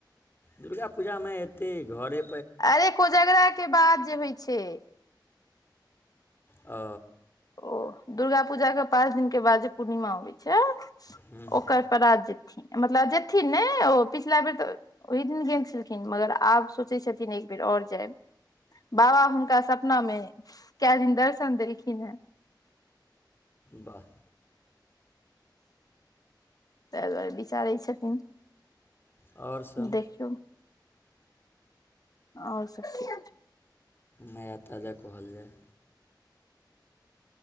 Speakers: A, on the left (about 30°); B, on the left (about 50°).
A: दुर्गा पूजामे एतेक घरे
B: अरे, कोजगराके बाद जे होइ छै।
A: ओ
B: ओ दुर्गा पूजाके पाँच दिनक बाद जे पूर्णिमा होइ छै,
A: हूँ हूँ
B: ओकर परात जे। मतलब, जेथिन ने ओ, पिछिला बेर तऽ। ओहि दिन गेल छलखिन, मगर आब सोचैत छथिन एक बेर आओर जायब। बाबा हुनका सपना मे कोन दिन दर्शन देलखिन हे?
A: वाह
B: तेहि दुआरे विचारै छथिन।
A: आओर सभ।
B: देखियौ आओर सभ ठीक छै।
A: नया ताजा कहल जाय।